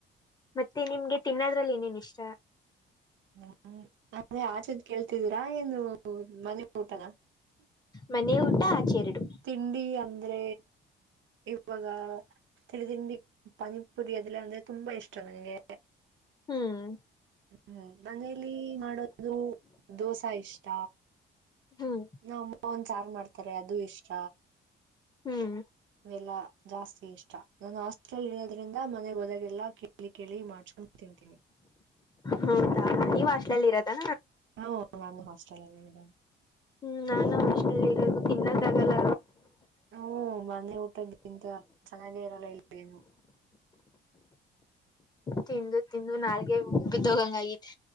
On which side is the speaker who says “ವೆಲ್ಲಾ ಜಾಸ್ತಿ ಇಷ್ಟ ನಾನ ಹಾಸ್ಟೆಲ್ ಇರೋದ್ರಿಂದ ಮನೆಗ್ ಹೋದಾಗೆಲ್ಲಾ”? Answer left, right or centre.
Right